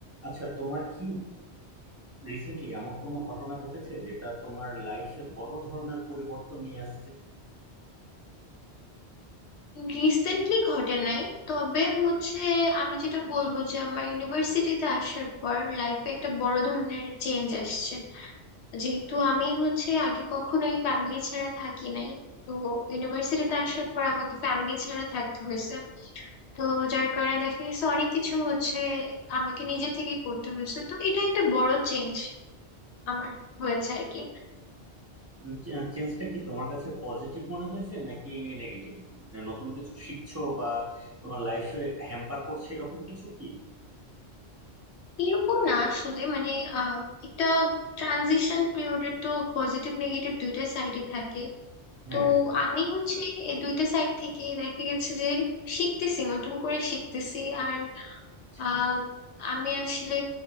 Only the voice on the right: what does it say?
আচ্ছা তোমার কি রিসেন্টলি এমন কোনো ঘটনা ঘটেছে যেটা তোমার লাইফে বড় ধরনের পরিবর্তন নিয়ে আসছে
আচ্ছা, চেঞ্জটা কি তোমার কাছে পজিটিভ মনে হয়েছে নাকি নেগেটিভ নতুন কিছু শিখছো বা তোমার লাইফে হ্যাম্পার করছে এরকম কিছু কি
হ্যাঁ
আচ্ছা।